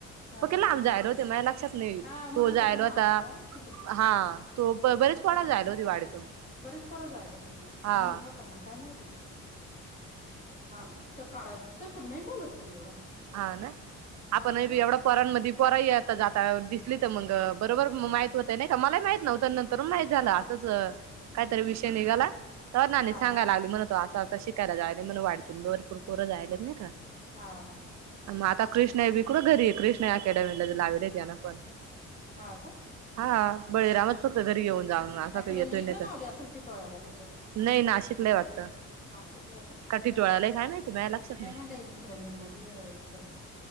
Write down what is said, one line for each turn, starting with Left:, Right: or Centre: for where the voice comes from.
Left: हा
Right: प केला लांब जायलो ते माया लक्षात नाही
Left: हा म्हणतो
Right: तो जायलो
Left: पक्का लांब
Right: आता
Left: आहे गाव तिकडे म्हणतो
Right: हा तो बरेचपणा जायल होते वाडीतून
Left: बरेच परत जायल होते मग
Right: हा
Left: तो म्हणत होता मग काय माहिती हा तो काळ दिसत पण नाही बोलत तो एवढा
Right: हा ना
Left: हा
Right: आपण
Left: बोला
Right: बी एवढं पोरानंमध्ये पोराता जाता दिसली तर मग बरोबर माहित होत नाही का मलाही माहित नव्हत नंतर माहित झालं च कायतरी विषय निघाला हो ना
Left: हा
Right: नाही सांगाला लागली म्हण तो असं असं शिकायला जायलाणग वाडीतून भरपूर पोरं जायला नाही का
Left: हा हा
Right: मग आता कृष्णा हे बीकडं घरी कृष्णा अकॅडमीला लावलेते ना पण
Left: हा का
Right: हा बळीरामच फक्त घरी येऊन जाऊन असं
Left: अकॅडमी
Right: काही येतोय
Left: इकडं
Right: नाही तर
Left: लावली असंल ती टिटोळ्याला नाही तर
Right: नाही नाशिकला वाटतं
Left: नाशिकला आहे का नाही
Right: टिटोळालाय
Left: तर म्हणलं
Right: काय माहिती माझ्या लक्षात
Left: नाही म्हणलं येन इकडं निर्मली इकड